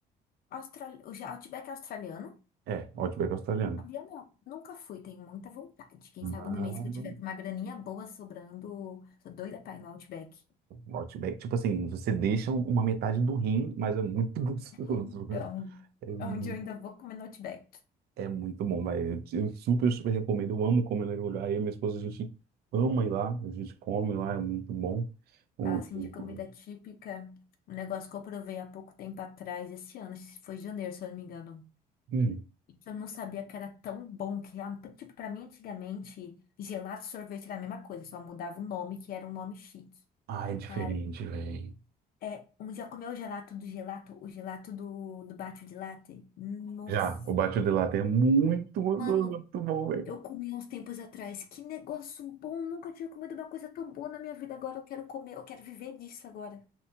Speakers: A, on the left; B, on the right.
A: Austral... O ja- Outback é australiano?
B: É, Outback australiano.
A: Havia não. Nunca fui, tenho muita vontade. Quem
B: Mas,
A: sabe no mês que eu tiver com uma graninha boa sobrando. Sou doida pra ir no Outback. <laughs>
B: Outback, tipo assim, você deixa uma metade do rim, mas é muito <laughs> gostoso.
A: Então,
B: É, mu-
A: é onde eu ainda vou comer no Outback.
B: é muito bom, vai. Eu, eu super, super recomendo. Eu amo comer naquele lugar. Eu e minha esposa, a gente ama ir lá. A gente come lá, é muito bom. O,
A: Fala assim
B: o-
A: de comida típica. Um negócio que eu provei há pouco tempo atrás, esse ano, foi em janeiro, se eu não me engano.
B: hum.
A: e que eu não sabia que era tão bom, que ah, tipo, pra mim antigamente, gelato e sorvete era a mesma coisa, só mudava o nome, que era um nome chique.
B: Ah, é diferente,
A: Cara,
B: velho.
A: é, um dia comeu o gelato do gelato, o gelato do, do bate de latte. Nossa.
B: Já, o Batido de latte é muito gostoso,
A: Mano,
B: muito bom, velho.
A: eu comi uns tempos atrás. Que negócio bom, nunca tinha comido uma coisa tão boa na minha vida. Agora eu quero comer, eu quero viver disso agora.